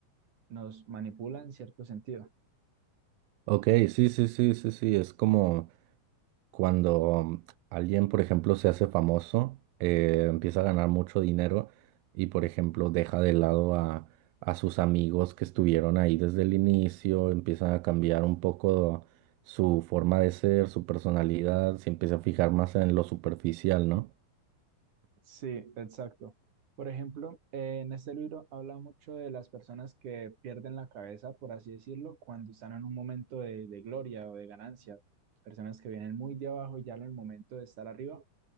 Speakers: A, on the right; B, on the right.
A: nos manipula en cierto sentido.
B: Ok, sí, sí, sí, sí, sí, es como cuando mm, alguien, por ejemplo, se hace famoso, eh, empieza a ganar mucho dinero y, por ejemplo, deja de lado a, a sus amigos que estuvieron ahí desde el inicio, empiezan a cambiar un poco su forma de ser, su personalidad, se empieza a fijar más en lo superficial, ¿no?
A: Sí, exacto. Por ejemplo, eh, en este libro habla mucho de las personas que pierden la cabeza, por así decirlo, cuando están en un momento de, de gloria o de ganancia. Personas que vienen muy de abajo y ya en el momento de estar arriba,